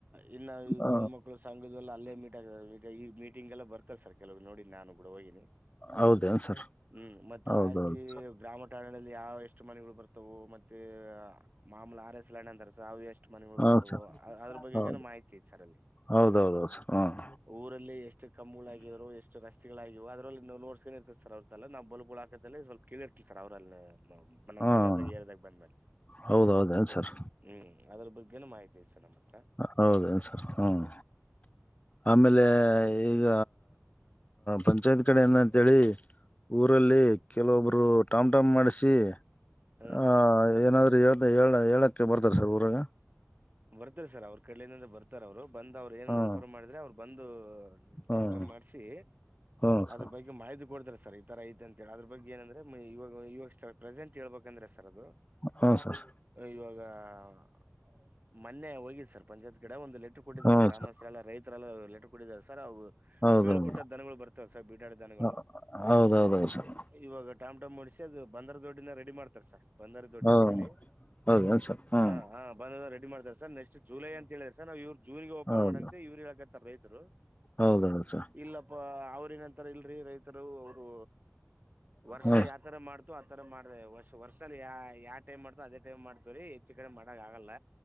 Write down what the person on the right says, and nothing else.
ಇ
ಹೆಣ್ಮಕ್ಕಳು ಸಂ <unintelligible> ಮೀ ಆ ಈ ಮೀಟಂಗ ಎಲ್ಲ ಬರ್ತಾರೆ ಸರ್ ಕೆಲವ ನೋಡಿ ನು ಕಡ ಹೋಗನಿ
ಹ್ಮ್ ಮತ್ತ
ಆಸ್ತಿ ಗ್ರಾಮಾಟ್ ಯಾವ ಎಷ್ಟು ಮನೆಗಳು ಬರುತ್ ಓ ಮತ್ತೆ ಮಾಮಲ ಆರ್ ಎಸ್ ಅಂತವು ಎಷ್ಟು <unintelligible> ಷ್ಟ ಮನೆಗಳು
ಬರ್ತವೋ
ಅದ್ರ ಬಗ್ಗೆ
ಏನ ಮಾಹಿತಿ ಇ ಸರ ಅಲ್ಲಿ
ಊರಲ್ಲಿ ಎಷ್ಟು ಕಂಬುಳಾಗಿದ್ರು ಎಷ್ಟು ಕಷ್ <unintelligible> ಅದ್ರಲ್ಲಿ ನೋಡ್ಸ್ಕೊಂಡ ಇರ್ತ ಸರ್್ರಲ್ಲ ನ ಬ ಸ್ವಲ್ಪ ಕೇಳಿರ್ತ ಸರ್ ಅವ್ರಲ್ಲ ನಮ್ಮ್
ಬಜಾರ್ದಾಗ ಏರದಾಗ ಬಂದ್ಮೇಲೆ
ಹ್ಮ್ ಅದ್ರ ಬಗ್ಗೆ ನು ಮಾಹಿತಿ ಉೇಶ ನ ಮತ್ತು <inaudible>
ಹ್ಮ್
ಸರ್
ಬರ್ತಾರೆ ಸರ್ ಅವ್ರ ಕಲ್ಲಿಂದ ಬರ್ತ ಅವರು ಬಂದ್ ಏನ್
ಇನ್ಫಾರ್ಮ್ ಮಾಡಿದ್ರ ಅವ್ರರು ಒಂದು
ಟಾಮ್ ಟಾಮ್ ಮಾಡ್ಸಿ
ಅದ್ರ
ಬಗ್ಗೆ ಮಾಹಿತಿ ಕೊಡ್ತಾರೆ ಸರ್ ತರ ಐತೆ ಅಂತ ಹೇಳ ಅದ್ರ ಬಗ್ ಏನಂದ್ರೆ ಇವಾಗ ಇವಾಗ ಪ್ರೆಸೆಂಟ್ ಹಳ್ಬೇಕಂದ್ರೆ ದು
ಇವಾಗ ಹಾ ಮೊನ್ನೆ ಹೋಗಿ <unintelligible> ಗಿಡ ಒಂದು ಲೆಟರ್ ಕೊಟ್ಟಿದ್ದಾರೆ
ಗ್ರಾಮಸ್ಥರು
ಎಲ್ಲ ರೈತರೆಲ್ಲ ಲೆಟರ್ ಕೊಟ್ಟಿದಾರೆ ಸರ್ ಅವು
ಬೀಳ್ಬಿಟ್ಟ ದನಗಳು ಬರ್ತಾವ ಬೀಡಾಡ ದನಗಳು
ಇವಾಗ ಟಾಮ್ಟ್ ಓಡಿಸಿ ಅದು ಬಂದ್ರ ದೊಡ್ಡಿನ ರೆಡಿ ಮಾಡ್ತಾರೆ ಸರ್ ಬಂದಾರ ದೊಡ್ಡಿ
ಅಂತೇಳಿ
ಹಾ ಹಾ ರೆಡಿ ಮಾಡತಾರೆ ಸರ್ ನೆಕ್ಸ್ ಜುಲೈ ಅಂತ ಹೇಳ್ಯಾರ ಸರ್ ನಾವು ಜೂನ್ಗೆ ಓಪನ
ಮಾಡಂತ ಇವ್ರ್ ಹೇಳ ಕತ್ತಾರ ರೈತರು
ಇಲ್ಲಪ್ಪ ಅವ್ರನಂತರ ಇಲ್ರರಿ ರೈತರು ಅವರು ವರ್ಷ
ಯಾವತರ ಮಾಡ್ತೀವೋ ಅತರ ಮಾಡ್ರಿ ವರ್ಷ ಯಾವ್ ಟೈಮ್ಗೆ ಮಾಡ್ತೀವೋ ಅದೇ ಟೈಮ್ಗೆ ಮಾಡ್ರಿ ಹೆಚ್ಚು ಕಮ್ಮಿ ಮಾಡಕ್ಕಾಗಲ್ಲ